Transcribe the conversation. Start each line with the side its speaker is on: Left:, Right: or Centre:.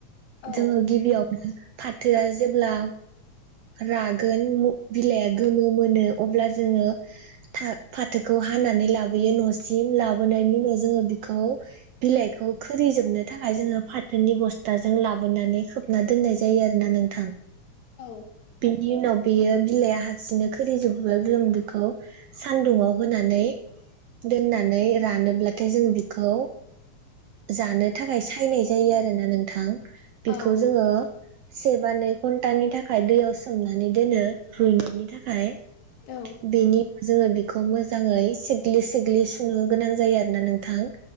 Left: औ
Right: जोङो गिबियावनो फाथोआ जेब्ला रागोन बिलाइआ गोमो मोनो अब्ला जोङो था फाथोखौ हानानै लाबोयो न'सिम लाबोनायनि उनाव जोङो बिखौ बिलाइखौ खोरिजोबनो थाखाय जोङो फाथोनि बस्थाजों लाबोनानै खोबना दोननाय जायो आरोना नोंथां।
Left: औ
Right: बिनि उनाव बेयो बिलाइआ हारसिंनो खोरिजोबोब्ला जों बेखौ सानदुंआव होनानै दोननानै रानोब्लाथाय जों बिखौ जानो थाखाय सायनाय जायो आरो ना नोंथां। बेखौ
Left: औ
Right: जोङो सेबा नै घन्टा नि थाख खाय दैयाव सोमनानै दोनो रुइनायनि थाखाय
Left: औ
Right: बेनि उनाव जोङो बि खौ मोजाङै सिग्लि सिग्लि सुनो गोनां जायो आरो ना नोंथां। मानो